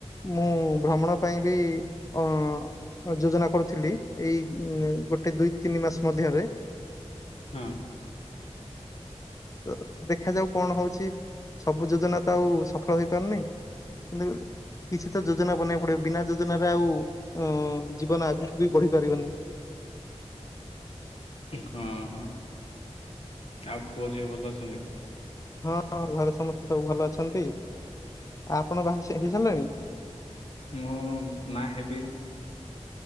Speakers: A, on the left; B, on the left.
A: ମୁଁ ଭ୍ରମଣ ପାଇଁ ବି ଅ ଯୋଜନା କରୁଥିଲି ଏଇ ଗୋଟେ ଦୁଇ ତିନି ମାସ ମଧ୍ୟରେ
B: ହଁ।
A: ତ ଦେଖାାଯାଉ କଣ ହୋଉଛି। ସବୁ ଯୋଜନା ତ ଆଉ ସଫଳ ହେଇପାରୁନି କିନ୍ତୁ କିଛି ତ ଯୋଜନା ବନେଇକୁ ପଡିବ ବିନା ଯୋଜନାରେ ଆଉ ଉଁ ଜୀବନ ଆଗୁକୁ ବି ବଢି ପାରିବନି।
B: ହଁ ହଁ ଆଉ ପୁଅ ଝିଅ ଭଲ ଅଛନ୍ତି।
A: ହଁ ଘରେ ସମସ୍ତେ ସବୁ ଭଲ ଅଛନ୍ତି ଆପଣ <unintelligible> ହେଇ ସାରିଲେଣି।
B: ମୁଁ ନା ହେବି।